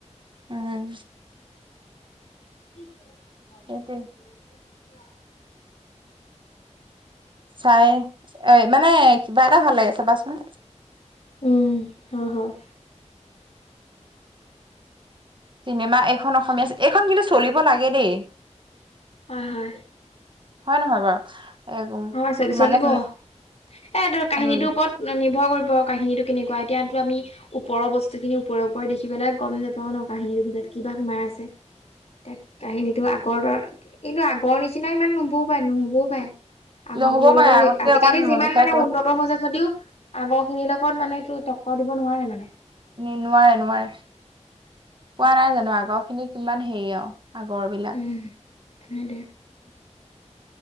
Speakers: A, on the right (about 40°); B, on the left (about 60°).
A: উম
B: <inaudible>
A: সেইটোৱে চাই এ মানে কিবা এটা ভাল লাগে চাবাচোন
B: উম হয় হয়
A: চিনেমা এইখন অসমীয়া এইখন কিন্তু চলিব লাগে দেই
B: হয় হয়
A: হয় নহয় বাৰু এ
B: হয় চলি চলিব
A: মানে
B: এ কাহিনীটোৰ
A: উম
B: ওপৰত নিৰ্ভৰ কৰিব কাহিনীটো কেনেকুৱা এতিয় তো আমি ওপৰৰ বস্তুখিনি ওপৰে ওপৰে দেখিবেলাই গম নাওঁ ন কাহিনীটোৰ ভিতৰত কিবা সোমাই আছে তাক কাহিনীতো আগৰ দ কিন্তু আগৰ নিচিনা ইমান নুবো পাই নহ'বও পাই আগৰ
A: নহ'ব
B: বোৰৰ লগত
A: পাৰে আগতকে
B: আজিকালি
A: অকমান
B: যিমান
A: মডিফাই
B: মানে
A: কৰি
B: উন্নত হৈ যায় যদিও আগৰ খিনিৰ লগত মানে এইটো টক্কৰ দিব নোৱাৰে মানে
A: এনে নোৱাৰে নোৱাৰে পোৱা নাই জানো আগৰ খিনি কিমান হেৰি আৰু আগৰ বিলাক
B: উম হ দে